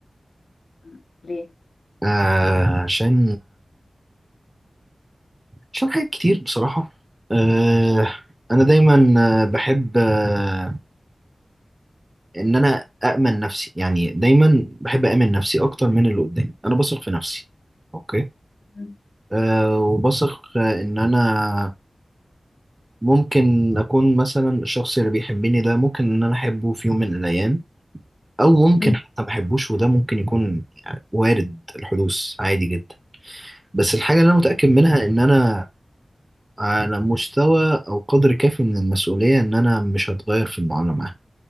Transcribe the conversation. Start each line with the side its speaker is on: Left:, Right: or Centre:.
Left: م، ليه
Right: آه عشان عشان حاجات كتير بصراحه آه انا دايما آه، بحب آه ان انا اامن نفسي يعني دايما بحب اامن نفسي اكتر من اللي قدامي انا بثق في نفسي اوكي
Left: مم.
Right: آه وبثق آه، ان انا ممكن أكون مثلا الشخص اللي بيحبني ده ممكن إن أنا أحبه في يوم من الأيام أو ممكن
Left: مم.
Right: حتى ما أحبوش وده ممكن يكون وارد الحدوث عادي جدا بس الحاجة اللي أنا متأكد منها إن أنا على مستوى أو قدر كافي من المسؤولية إن أنا مش هتغير في المعاملة معاه